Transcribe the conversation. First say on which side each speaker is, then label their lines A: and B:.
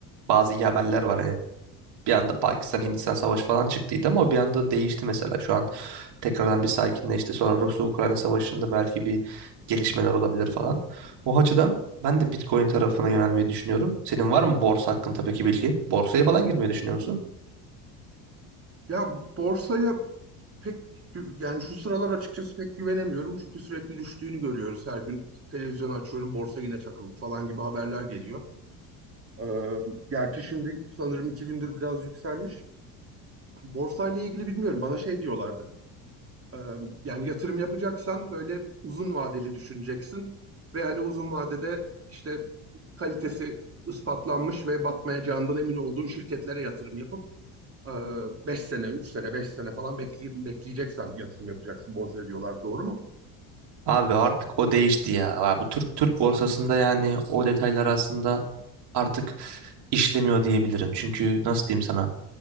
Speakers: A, on the right; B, on the right.
A: bazı iyi haberler var hani. Bir anda Pakistan Hindistan savaşı falan çıktıydı ama o bir anda değişti mesela. Şu an tekrardan bir sakinleşti. Sonra Rusya-Ukrayna savaşında belki bir gelişmeler olabilir falan. O açıdan ben de Bitcoin tarafına yönelmeyi düşünüyorum. Senin var mı borsa hakkında peki bilgin? Borsaya falan girmeyi düşünüyor musun?
B: Ya borsaya pek gü- yani şu sıralar açıkçası pek güvenemiyorum. Çünkü sürekli düştüğünü görüyoruz. Her gün televizyonu açıyorum borsa yine çakıldı falan gibi haberler geliyor. Ee, gerçi şimdi sanırım iki gündür biraz yükselmiş. Borsayla ilgili bilmiyorum. Bana şey diyorlardı. Ee, yani yatırım yapacaksan böyle uzun vadeli düşüneceksin. Ve hani uzun vadede işte kalitesi ispatlanmış ve batmayacağından emin olduğun şirketlere yatırım yapıp ee, Beş sene, 3 sene, 5 sene falan bekleyip bekleyeceksen yatırım yapacaksın borsaya diyorlar. Doğru mu?
A: Abi artık o değişti ya. Abi bu Türk Türk borsasında yani o detaylar aslında artık işlemiyor diyebilirim. Çünkü nasıl diyeyim sana?